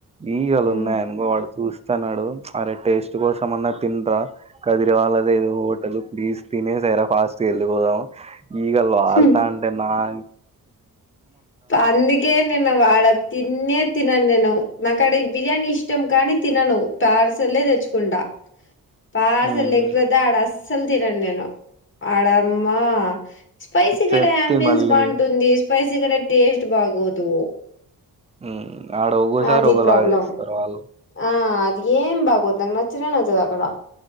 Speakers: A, on the right (about 15°); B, on the left (about 30°).
A: ఈగలు
B: ఉమ్,
A: ఉన్నాయనుకో వాడు చూస్తాన్నాడు ప్చ్ అరే టేస్ట్ కోసం అన్న తినరా కదిరి వాళ్ళదేదో హోటల్ ప్లీస్ తినేసరా ఫాస్ట్ గా వెళ్ళిపోదాం ఈగల్ ఆల్తా
B: ఉమ్.
A: అంటే నాక్
B: అందుకే నేను వాడ తిన్నే తినను నేను నా కడ బిర్యానీ ఇష్టం కానీ తినను పార్స్ సలె తెచ్చుకుంటా పార్సల్
A: ఉమ్
B: లేకపోతే ఆడా అస్ సల్ తినను నేను ఆడ అమ్మ స్పైసీ గడ
A: చెప్తి
B: ఆంబియన్స్
A: మళ్ళీ
B: బాగుంటుంది స్పైసీ కడ టేస్ట్ బాగోదు
A: ఊ ఆడ ఒగోసార్
B: అది
A: ఒగోలాగా
B: ప్రాబ్లం
A: చేస్తారు వాళ్ళు
B: ఆ అది ఏం బాగోద్దు నాకు నచ్చలే నచ్చదు అక్కడ